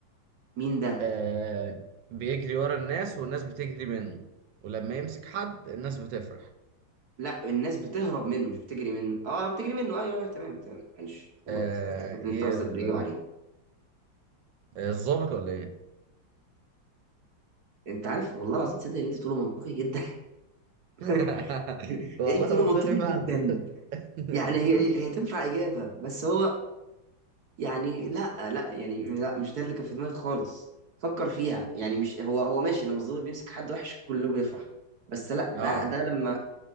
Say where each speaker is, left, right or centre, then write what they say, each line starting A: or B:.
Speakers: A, on the right (about 60°); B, on the right (about 75°).
A: مين ده
B: آه بيجري ورا الناس والناس بتجري منه ولما يمسك حد الناس بتفرح
A: لا الناس بتهرب منه مش بتجري منه اه بتجري منه ايوه ايوه تمام تمام معلش غلطت
B: آه
A: شفت
B: ايه
A: انت قصدك
B: ال-
A: بيجروا عليه
B: آه، الظابط ولا ايه
A: انت عارف والله العظيم تصدق ان انت تقوله منطقي جدا <laughs>
B: <laughs> والله
A: انت تقوله
B: منطقي
A: منطقي
B: فعلا
A: جدا
B: <laughs>
A: يعني هي هي تنفع اجابه بس هو يعني لا لا يعني لا مش ده اللي كان في دماغي خالص فكر فيها يعني مش هو هو ماشي لما الظابط بيمسك حد وحش كله بيفرح بس لا ده
B: اه
A: ده لما